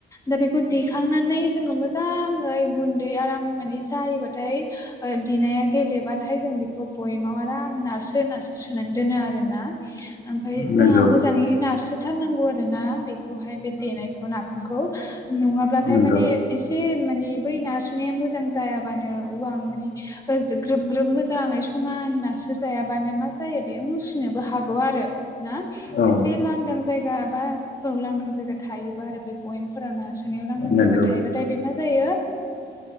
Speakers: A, on the left; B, on the left.
A: दा बेखौ देखांनानै जोङो मोजाङै गुन्दै आराम माने जायोबाथाय देनाया गेब्लेबाथाय जों बेखौ बयमाव आराम नारसो नारसो सोनानै दोनो आरोना। ओमफफ्राय
B: नंगौ
A: जोंहा मोजाङै नारसोथारनांगौ आरो ना बेखौहाय बे देनायखौ खौ नाफामखौ नङाब्लाथाय
B: नंगौ
A: माने एसे माने बै नारसोना मोजां जायाबानो उवां माने ग्रोब ग्रोब मोजाङै समानसो जायाबानो मा जायो बेयो मसिनोबो हागौ आरो ना
B: औ
A: एसे लांदां जायगा बा औ लांदां जायगा थायोबा आरो बे बयेमफोराव न सोनायाव लांदां
B: नंगौ
A: जायगा थायोबाथाय बे मा जायो